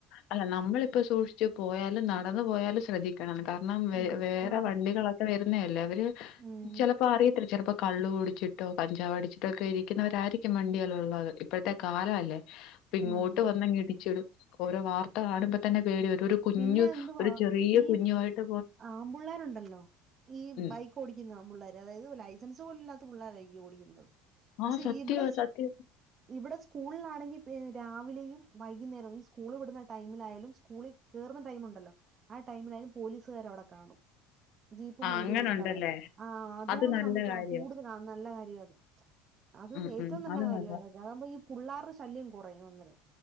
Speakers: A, on the left (about 60°); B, on the right (about 30°).
A: അല്ല നമ്മളിപ്പോ സൂക്ഷിച്ചു പോയാൽ നടന്നു പോയാലും ശ്രദ്ധിക്കണം കാരണം വ
B: ഉം
A: വേറെ
B: ആണ്
A: വണ്ടികളൊക്കെ വരുന്നതല്ലേ അവര്
B: ഉം
A: ചിലപ്പോ അറിയത്തില്ല ചിലപ്പോ കള്ളള് കുടിച്ചിട്ടോ കഞ്ചാവ് അടിച്ചിട്ടോ ഒക്കെ ഇരിക്കുന്നവരായിരിക്കും വണ്ടിയല്ലാം ഉള്ളത് ഇപ്പോഴത്തെ കാല അല്ലേ അപ്പ ഇങ്ങോട്ട്
B: ഉം
A: വന്നങ്ങിടിച്ചിടും ഓരോ വാർത്ത കാണുമ്പോ തന്നെ പേടി വും കുഞ്ഞു
B: പിന്നെ എന്തുവാ
A: ഒരു ചെറിയ
B: ഈ
A: കുഞ്ഞുട്ട്
B: ആമ്പിള്ളേരുണ്ടല്ലോ ഈ
A: ഉം.
B: ബൈക്ക് ഓടിക്കുന്നു ആമ്പിള്ളർ അതായത് ലൈസൻസ് പോല ്യ ഓടുന്നത് പക്ഷെ
A: ആ സത്യവാ
B: ഇവിടെ
A: സത്യവാ.
B: ഇവിടെ സ്കൂളിലാണെങ്കിൽ പി രാവിലെയും വൈകുന്നേരം ഈ സ്കൂള് വിടുന്ന ടൈമിലായാലും സ്കൂളിൽ കേയറുന്ന ടൈമ ഉണ്ടല്ലോ ആ ടൈമിലായാലും പോലീസുകാര അവിടെ കാണും ജീപ്പ്
A: ആ
B: മണ്ടി
A: അങ്ങനുണ്ടല്ലേ.
B: ഉണ്ട് അവിടെ ആ അതുകൊണ്ട്
A: അത് നല്ല
B: നമുക്ക്
A: കാര്യവാ.
B: കൂടുതലാ നല്ല കാര്യ അത് അത്
A: ഉം
B: ഏറ്റവും
A: ഉം.
B: നല്ല
A: അത്
B: കാര്യ
A: നല്ലതാ.
B: അത കണുമ്പ ഈ പിള്ളേരുടെ ശല്യം കുറയും അന്നേരം